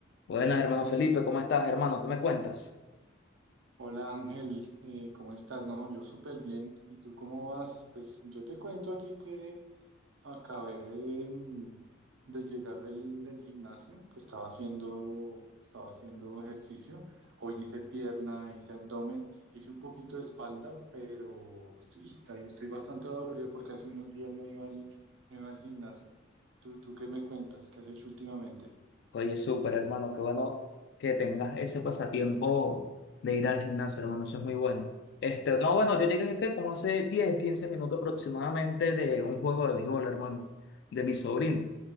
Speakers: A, on the left (about 60°); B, on the right (about 85°).
A: Buenas, hermano Felipe, ¿cómo estás, hermano? ¿Qué me cuentas?
B: Hola Ángel, eh, ¿cómo estás? No, yo súper bien. ¿Y tú cómo vas? Pues yo te cuento aquí que acabé de, mm, de llegar del, del gimnasio, que estaba haciendo, estaba haciendo ejercicio. Hoy hice pierna, hice abdomen, hice un poquito de espalda, pero estoy, estoy, estoy bastante dolorido porque hace unos días no iba al, no iba al gimnasio. ¿Tú, tú qué me cuentas? ¿Qué has hecho últimamente?
A: Oye, súper, hermano, qué bueno que tengas ese pasatiempo de ir al gimnasio, hermano, eso es muy bueno. Este, no, bueno, yo llegué que como hace 10 15 minutos aproximadamente de un juego de béisbol, hermano, de mi sobrino.